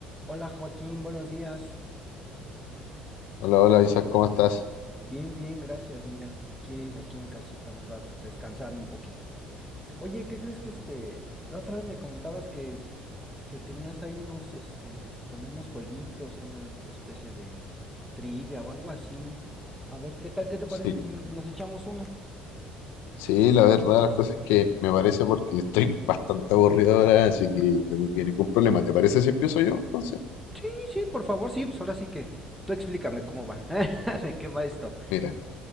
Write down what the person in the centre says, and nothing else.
Hola Joaquín, buenos días.
Bien, bien, gracias. Mira, aquí, aquí en casita un rato, descansando un poquito. Oye, ¿qué crees que este, la otra vez me comentabas que, que tenías ahí unos, este, como unos jueguitos, una especie de trivia o algo así? A ver, ¿qué tal? ¿Qué te parece
si nos echamos una?
Sí, sí, por favor, sí, pues ahora sí que tú explícame cómo va, <laughs> de qué va esto.